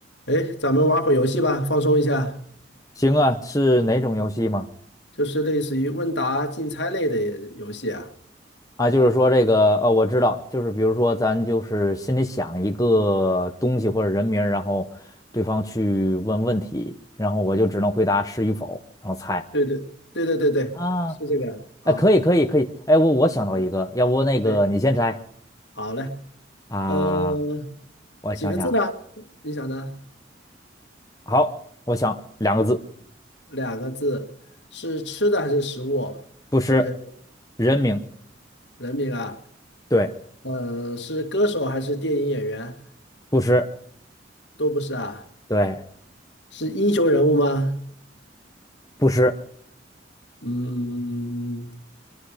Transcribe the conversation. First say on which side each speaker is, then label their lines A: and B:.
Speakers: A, on the left; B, on the left.
A: 哎，咱们玩会游戏吧，放松一下，
B: 行啊，是哪种游戏吗？
A: 就是类似于问答竞猜类的游戏啊。
B: 啊，就是说这个，呃，我知道，就是比如说咱就是心里想一个东西或者人名儿，然后对方去问问题，然后我就只能回答是与否，然后猜。
A: 对对对对对对，
B: 啊，
A: 是这个。好，
B: 哎，可以，可以，可以。哎，我我想到一个，
A: 嗯
B: 要不那个你先猜
A: 哎，好嘞，
B: 啊？
A: 呃，
B: 我想想，
A: 几个字呢？你想呢？
B: 好，我想两个字，
A: 两个字，是吃的还是食物，
B: 不是
A: 还是人
B: 人名，
A: 人名啊？
B: 对，
A: 呃，是歌手还是电影演员？
B: 不是，
A: 都不是啊，
B: 对，
A: 是英雄人物吗？
B: 不是，
A: 嗯，